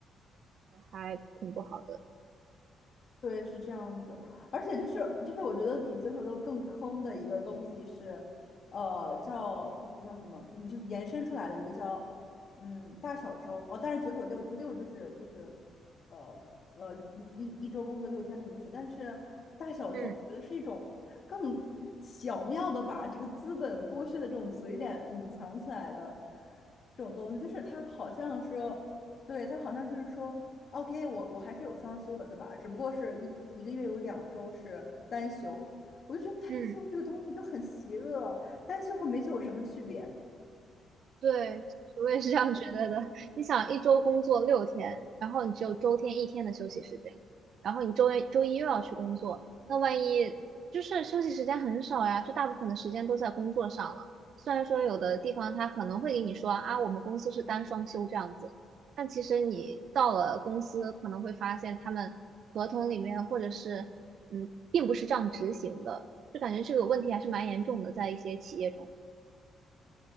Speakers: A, on the right; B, on the left.
A: 还挺不好的。
B: 对，是这样子，而且就是就是，我觉得比九九六更坑的一个东西是，呃，叫就是叫什么，就你就是延伸出来的一个叫嗯大小周哦，但是九九六这个六就是就是呃呃一一一周工作六天的意思，但是大小周我觉得是一种更巧妙的把这个资本剥削的这种嘴脸隐藏起来的
A: 嗯
B: 这种东西，就是它好像说。对，他好像就是说，OK，我我还是有双休的，对吧？只不过是一一个月有两周是单休，我就觉得单休这个东西就很邪恶，
A: 嗯。
B: 单休和没休有什么区别？
A: 对，我也是这样觉得的。你想，一周工作六天，然后你只有周天一天的休息时间，然后你周一周一又要去工作，那万一就是休息时间很少呀，就大部分的时间都在工作上了。虽然说有的地方他可能会给你说啊，我们公司是单双休这样子，但其实你到了公司可能会发现他们合同里面或者是嗯，并不是这样执行的，就感觉这个问题还是蛮严重的，在一些企业中。